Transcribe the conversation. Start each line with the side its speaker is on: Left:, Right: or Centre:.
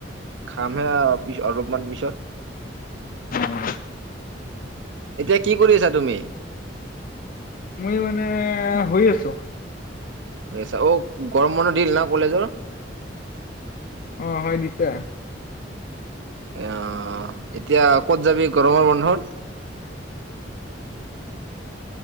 Right: খামহে আৰু-পিছঅ-অলপমান পিছত।
Left: অ অ।
Right: এতিয়া কি কৰি আছাঁ তুমি।
Left: মই মানে হৈ আছোঁ।
Right: এই চা, অ, গৰম বন্ধ দিল না কলেজৰ।
Left: অ হয় দিছে
Right: এ আহ এতিয়া ক'ত যাবি গৰমৰ বন্ধত